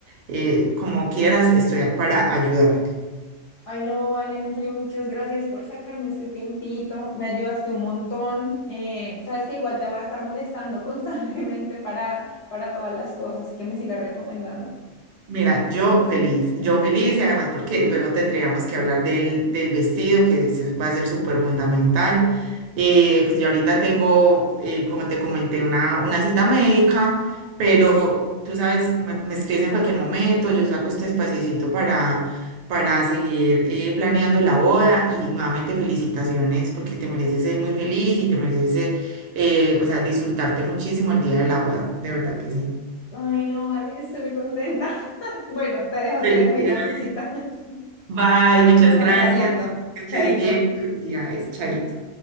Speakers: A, on the right; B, on the left.
A: eh, como quieras estoy para ayudarte.
B: Ay, no, Valen, en serio, muchas gracias por sacarme este tiempito. Me ayudaste un montón. Eh, sabes que igual te voy a estar molestando <laughs> constantemente para, para todas las cosas, así que me sigas recomendando.
A: Mira, yo feliz, yo feliz y además porque luego tendríamos que hablar del, del vestido que se- va a ser súper fundamental. Eh, pues yo ahorita tengo, eh, como te comenté, una, una cita médica, pero tú sabes, me, me escribes en cualquier momento, yo saco este espaciecito para, para seguir eh, planeando la boda y nuevamente felicitaciones porque te mereces ser muy feliz y te mereces ser, eh, o sea, disfrutarte muchísimo el día de la boda, de verdad que sí.
B: Ay, no, Valen, estoy muy contenta. <laughs> Bueno, te dejo,
A: Felicidades.
B: te dejo ir a tu cita. <laughs>
A: Bye, muchas
B: Estamos
A: gracias.
B: hablando.
A: Que estés
B: Chaito.
A: bien. Felicidades, Chaito.